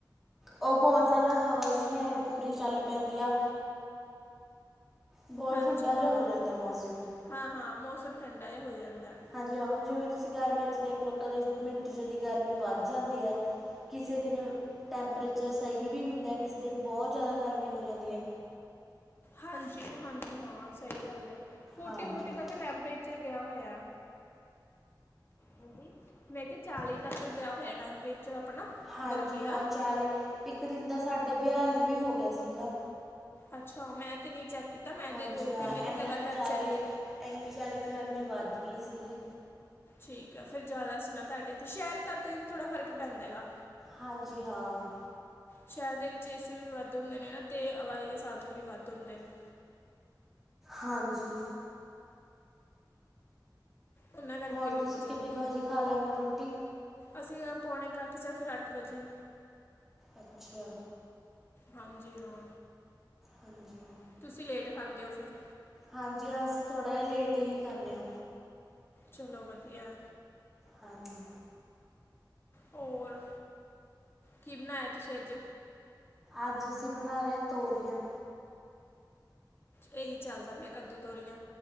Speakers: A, in the centre; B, on the left.
A: ਉਹ ਬਹੁਤ ਜ਼ਿਆਦਾ ਹਵਾ ਜੀ ਨਾਲ ਪੂਰੀ ਚੱਲ ਪੈਂਦੀ ਆ ਬਹੁਤ
B: ਹਾਂਜੀ
A: ਠੰਡਾ
B: ਹਾਂ
A: ਜਿਹਾ ਹੋ ਜਾਂਦਾ ਮੌਸਮ
B: ਹਾਂ ਹਾਂ ਮੌਸਮ ਠੰਡਾ ਜਿਹਾ ਹੋ ਜਾਂਦਾ
A: ਜਿਉਂ-ਜਿਉਂ! ਜਿਵੇਂ ਤੁਸੀਂ ਗਰਮੀਆਂ 'ਚ ਦੇਖ ਲਓ ਕਦੇ ਮਿੰਟ ਚਦੀ ਗਰਮੀ ਵੱਧ ਜਾਂਦੀ ਐ। ਕਿਸੇ ਦਿਨ ਟੈਂਪਰੇਚਰ ਸਹੀ ਵੀ ਹੁੰਦਾ, ਕਿਸੇ ਦਿਨ ਬਹੁਤ ਜ਼ਿਆਦਾ ਗਰਮੀ ਹੋ ਜਾਂਦੀ ਐ।
B: ਹਾਂਜੀ-ਹਾਂਜੀ ਹਾਂ, ਸਹੀ ਗੱਲ ਏ ਫੋਟੀ-
A: ਹਾਂਜੀ
B: ਫੋਟੀ ਤੱਕ ਟੈਂਪਰੇ ਚਿਰ ਗਿਆ ਹੋਇਆ, ਹਾਂਜੀ। ਮੈਂ ਕਿਹਾ, ਚਾਲੀ ਤੱਕ ਗਿਆ ਹੋਇਆ ਟੈਂਪਰੇਚਰ ਆਪਣਾ।
A: ਹਾਂਜੀ,
B: ਗਰਮੀ
A: ਹਾਂ
B: ਦਾ
A: ਚਾਲੀ, ਇੱਕ ਦਿਨ ਤਾਂ ਸਾਡੇ ਬਿਆਲੀ ਵੀ ਹੋ ਗਿਆ ਸੀਗਾ।
B: ਅੱਛਾ! ਮੈਂ ਤੇ ਨੀਂ ਚੈੱਕ ਕੀਤਾ, ਮੈਂ
A: ਹਾਂਜੀ
B: ਤੇ ਦੋ
A: ਹਾਂ
B: ਤਿੰਨ ਦਿਨ ਹੀ
A: ਇੰਨਾ
B: ਲਗਾਤਾਰ
A: ਕੁ ਜ਼ਿਆਦਾ
B: ਚੈੱਕ ਕੀਤਾ।
A: ਇੰਨੀ ਜ਼ਿਆਦਾ ਗਰਮੀ ਵੱਧ ਗਈ ਸੀਗੀ।
B: ਠੀਕ ਆ ਫਿਰ ਜ਼ਿਆਦਾ ਹਸਨਾ ਤੁਹਾਡੇ ਇੱਥੇ ਸ਼ਹਿਰ ਖਾਤੇ ਵੀ ਥੋੜ੍ਹਾ ਫ਼ਰਕ ਪੈਂਦਾ ਗਾ।
A: ਹਾਂਜੀ ਹਾਂ।
B: ਸ਼ਹਿਰ ਦੇ ਵਿੱਚ ਏ ਸੀੇ ਵੀ ਵੱਧ ਹੁੰਦੇ ਨੇ ਨਾ ਤੇ ਆਵਾਜਾਈ ਦੇ ਸਾਧਨ ਵੀ ਵੱਧ। ਹੁੰਦੇ ਨੇ
A: ਹਾਂਜੀ।
B: ਉਹਨਾਂ ਕਰਕੇ
A: ਹੋਰ
B: ਵੀ
A: ਤੁਸੀਂ
B: ਹੋ ਜਾਂਦੇ
A: ਕਿੰਨੇ ਕੁ
B: ਥੋੜ੍ਹੇ।
A: ਵਜੇ ਖਾ ਲੈਂਦੇ ਹੋ ਰੋਟੀ
B: ਅਸੀਂ ਪਾਉਣੇ ਇਕੱਠ ਜਾਂ ਫਿਰ ਅੱਠ ਵਜੇ
A: ਅੱਛਾ
B: ਹਾਂਜੀ ਹਾਂ
A: ਹਾਂਜੀ
B: ਤੁਸੀਂ ਲੇਟ ਖਾਂਦੇ ਹੋ ਫਿਰ।
A: ਹਾਂਜੀ ਹਾਂ ਅਸੀ ਥੋੜ੍ਹਾ ਜਿਹਾ ਲੇਟ ਹੀ ਖਾਨੇ ਆ।
B: ਚਲੋ ਵਧੀਆ।
A: ਹਾਂਜੀ।
B: ਹੋਰ, ਕੀ ਬਣਾਇਆ ਤੁਸੀਂ ਅੱਜ?
A: ਅੱਜ ਅਸੀਂ ਬਣਾ ਰਹੇ ਹਾਂ ਤੋਰੀਆਂ।
B: ਇਹੀ ਚੱਲਦਾ ਪਿਆ ਕੱਦੂ, ਤੋਰੀਆਂ।